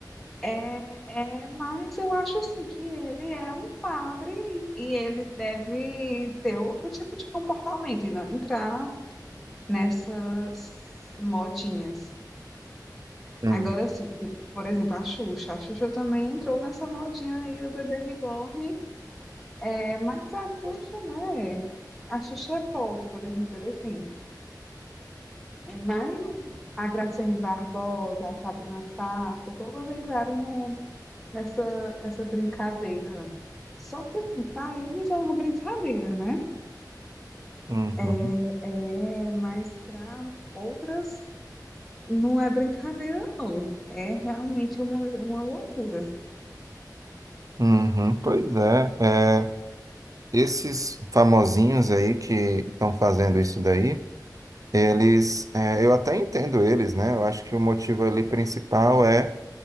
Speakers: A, in the centre; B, on the right.
A: É, é, mas eu acho assim que ele é um padre e ele deve ter outro tipo de comportamento e não entrar nessas modinhas.
B: hum,
A: Agora, assim, tipo, por exemplo, a Xuxa. A Xuxa também entrou nessa modinha aí do bebê reborn É mais a Xuxa, né? A Xuxa é pode, podemos dizer assim. É mais a Graciane Barbosa, a Sabrina Sato, todas entraram no- nessa, nessa brincadeira. Só que, assim, para eles é uma brincadeira, né?
B: uhum,
A: É, é, mas para outras não é brincadeira, não. É realmente uma, uma loucura.
B: uhum. Pois é. Esses famosinhos aí que estão fazendo isso daí, eles, é, eu até entendo eles, né? Eu acho que o motivo ali principal é